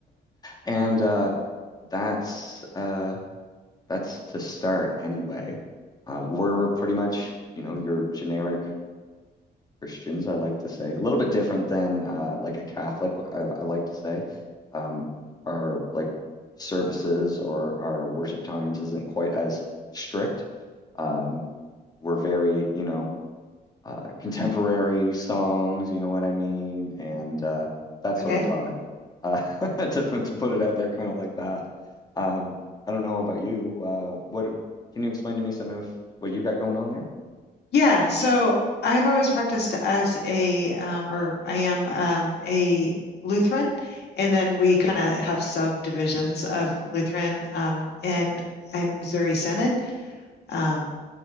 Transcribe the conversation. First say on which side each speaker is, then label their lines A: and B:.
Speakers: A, on the left; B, on the left.
A: and uh, that's uh that's to start anyway. Uh, we're pretty much, you know, your generic Christians, I like to say, a little bit different than uh, like a Catholic, I, I like to say. Um, our like services or our worship times isn't quite as strict. Um, we're very, you know, uh, contemporary songs, you know what I mean, and uh, that
B: Okay.
A: sort of vibe. Uh, <laughs> to put to put it out there, kind of like that. Um, I don't know about you. Uh, what can you explain to me some of what you got going on there?
B: Yeah, so I've always practiced as a, um, or I am um, a Lutheran, and then we kind of have subdivisions of Lutheran, um, and I'm Missouri Synod. Um,